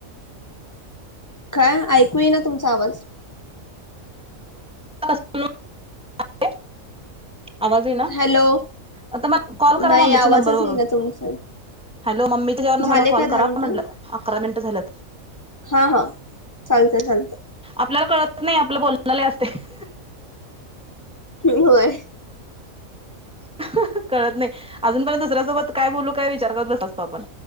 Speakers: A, on the left; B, in the centre.
A: काय ऐकू येईना तुमचा आवाज
B: <unintelligible> <inaudible> आवाज येईना
A: हॅलो
B: आता मग कॉल करा
A: नाही
B: मग मम्मीच्या
A: आवाजच
B: नंबरवरून
A: येई ना तुमचा
B: हॅलो मम्मी त्याच्यावरन
A: झाले
B: मला कॉल
A: का दहा
B: करा
A: मिनटं
B: म्हटलं अकरा मिनिटं झालंत
A: हा हा चालतंय चालतंय
B: आपल्याला कळत नाही आपलं बोललेलं असतंय
A: होय
B: अ ह ह... कळत नाही अजूनपर्यंत दुसऱ्यासोबत काय बोलू काय विचार करत असतो आपण